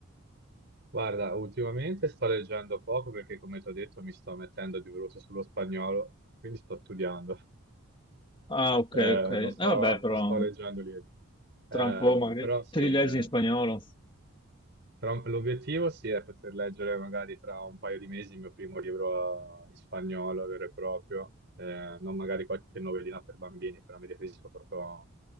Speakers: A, on the right; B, on the left.
A: Guarda, ultimamente sto leggendo poco perché, come ti ho detto, mi sto mettendo di brutto sullo spagnolo, quindi sto studiando.
B: Ah, ok,
A: Eh,
B: ok. Eh,
A: non sto,
B: vabbè, però
A: non sto leggendo libri. Eh,
B: tra un po' magari
A: però sì,
B: te
A: eh,
B: li leggi in spagnolo.
A: tra un- L'obiettivo sì è poter leggere magari tra un paio di mesi il mio primo libro eh, in spagnolo vero e proprio, eh, non magari qualche novellina per bambini, però mi riferisco proprio